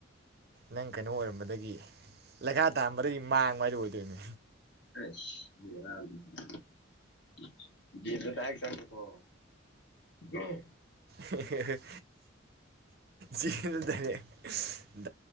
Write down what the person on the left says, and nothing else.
ꯑꯁ ꯕꯦꯔꯥꯅꯤꯅꯦ ꯇꯥꯏ ꯁꯥꯡꯦꯣ <unintelligible>